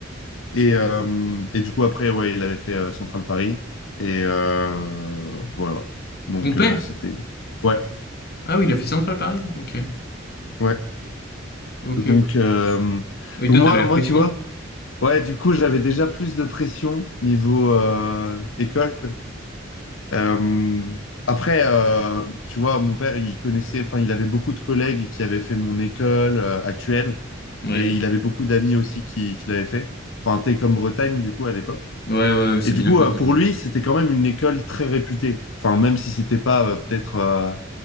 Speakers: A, on the left; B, on the left.
A: Et, euh, et du coup, après, ouais, il avait fait euh, Central Paris. Et euh, voilà. Donc,
B: Ton père?
A: euh, c'était. Ouais,
B: Ah oui, il a fait Centrale Paris. Ok.
A: ouais.
B: Ok,
A: Donc,
B: ok.
A: euh,
B: Ah Oui,
A: donc
B: toi,
A: moi,
B: t'avais la
A: moi,
B: pression.
A: tu vois, ouais, du coup, j'avais déjà plus de pression niveau euh, école. Euh, après, euh, tu vois, mon père, il connaissait, enfin, il avait beaucoup de collègues qui avaient fait mon école euh, actuelle.
B: Ouais.
A: Et il avait beaucoup d'amis aussi qui, qui l'avaient fait. Enfin, Télécom Bretagne, du coup, à l'époque.
B: Ouais, ouais, c'est
A: Et du
B: bien
A: coup,
B: coté.
A: euh, pour lui, c'était quand même une école très réputée. Enfin, même si c'était pas euh, peut-être euh,